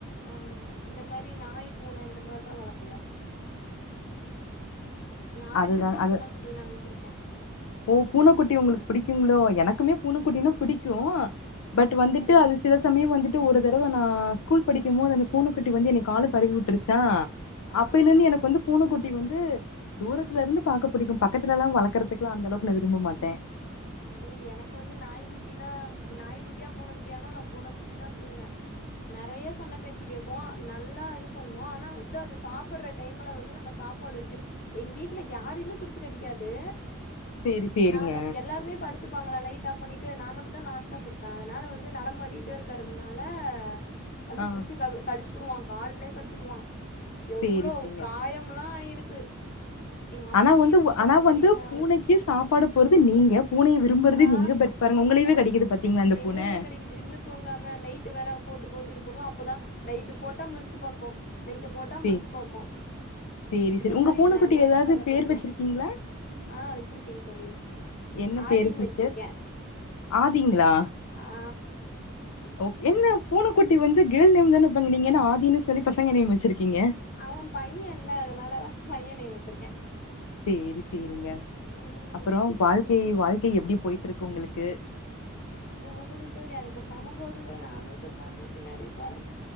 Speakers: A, on the left (about 40°); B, on the left (about 80°).
A: ஆமா இந்த மாரி நாய் பூன இந்த மாரி தா வளக்குவோ நா வச்சிருக்கே
B: அதுதா அது
A: பூனக்குட்டி நா வச்சிருக்க
B: ஓ பூனக்குட்டி உங்களுக் புடிக்குங்ளோ எனக்குமே பூனக்குட்டினா புடிக்கு பட் வந்துட்டு
A: ம்
B: அது சில சமயம் வந்துட் டு ஒரு தடவ நா ஸ்கூல் படிக்கும் போது அந்த பூன கட்டி வந்து என்னை கால்ல பரவி உட்டுருச்சா
A: ஆ ஆ
B: அப்பைல இருந்து எனக் வந்து பூனக்குட்டி வந்து தூரத்துல இருந்து பாக்க புடிக்கும் பக்கத்துலலா வளக்கறதுக் லா அந்த அளவுக் நா விரும்ப மாட்டே
A: இல்ல எனக்கு வந்து நாய்க்குட்டினா நாய்க்குட்டியா பூனக்குட்டியானா நா பூனக்குட்டி தா சொல்லுவே நெறைய சொன்ன பேச்சு கேக்கு நல்லா இது பண்ணு ஆனா வந்து அத சாப்பற்ற டைம்ல வந்து நம்ம சாப்பாடு வெக்கணு எங் வீட்ல யாரிமே புடிச்சு கடிக்காது
B: சேரி சேரிங்க
A: நாம எல்லாருமே படுத் துப்பாங்களா லைட் ஆஃப் பண்ணிட்டு நா மட்டு தா லாஸ்ட்டா படுப்பே அதனால வந்து நடமாடிட்டே இருக்கிறதுனால வந்து
B: ஆ
A: புடிச்சு க கடிச்சு புடுவா கால்லே கடிச்சுடுவா எவ்ளோ
B: சேரி சேரிங்க
A: காயம்ல்லா ஆயிருக்கு எங்க அம்மா
B: ஆனா வந்து
A: திட்டு
B: ஆனா
A: இந்த
B: வந்து
A: மாரி என்ன வள
B: பூனைக்கு சாப்பாடு போறது நீங்க பூனைய விரும்புறது
A: ஆ
B: நீங்க பட் பாருங்க உங்களேயவே கடிக்குது பாத்தீங்களா அந்த
A: எங்களுமே
B: பூன
A: கடிக்குது இன்னு தூங்காம லைட்டு வேற போட்டு போட்டு இது பண்ணுவோ அப்பதா லைட்டு போட்டா முழிச்சு பாக்கு லைட்டு போட்டா
B: சே
A: முழிச்சி பாக்கு
B: சேரி
A: இந்த
B: சேரி உங்க
A: மாரி
B: பூனைக்குட்டி
A: நெறைய
B: ஏதாவது
A: வேல
B: பேர்
A: பாக்கு
B: வச்சிருக்கீங்களா
A: ஆ வச்சிருக்கேன் தோழி
B: என்ன
A: ஆதின்னு
B: பேரு சிஸ்டர்
A: வச்சிருக்கே
B: ஆதிங்ளா
A: ஆ
B: ஓகே என்ன பூனக்குட்டி வந்து கேள் நேம் தானே வெப்பாங் நீங்க என்ன ஆதின்னு சொல்லி பசங்க நேம் வச்சிருக்கீங்க
A: அவ பையன்ல அதனாலதா பையன் நேம் வச்சிருக்கே
B: சேரி சேரிங்க
A: ம்
B: அப்புறோ வாழ்க்கை வாழ்க்கை எப்டி போயிட்ருக்கு உங்களுக்கு
A: போகுது தோழி அது பேசாம போகுது நானு இப்ப பேசாம பின்னாடியே போற